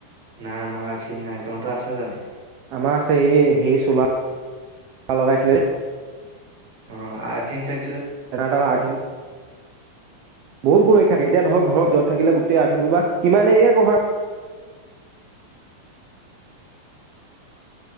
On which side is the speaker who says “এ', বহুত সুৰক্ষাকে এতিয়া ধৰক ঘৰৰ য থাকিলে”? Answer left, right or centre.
Right